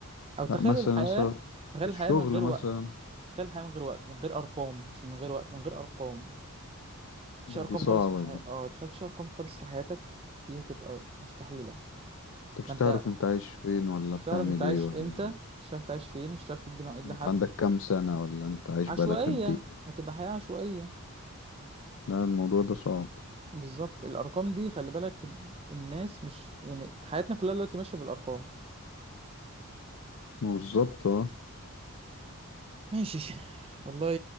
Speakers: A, on the right (about 25°); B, on the left (about 60°).
A: او تخيل
B: لا مثلا
A: الحياه
B: لسه
A: تخيل
B: في الشغل
A: الحياه من غير
B: مثلا
A: وقت تخيل الحياه من غير وقت من غير ارقام مش من غير وقت من غير ارقام مفيش
B: لا
A: ارقام
B: دي صعبة
A: خالص في حياتك
B: دي
A: اه تخيل مفيش ارقام خالص في حياتك دي هتبقى مستحيله
B: انت
A: ما
B: مش
A: انت
B: تعرف انت عايش فين ولا
A: مش
B: بتعمل
A: هتعرف انت عايش
B: ايه ولا
A: امتى مش هتعرف تعيش فين مش هتعرف تدي مواعيد
B: انت
A: لحد
B: عندك كام سنة ولا انت عايش
A: عشوائيه
B: بقالك قد ايه
A: هتبقى حياه عشوائيه
B: لا الموضوع ده صعب
A: بالظبط الارقام دي خلي بالك الناس مش يعني حياتنا كلها دلوقتي ماشيه بالارقام
B: ما هو بالظبط اه
A: ماشي والله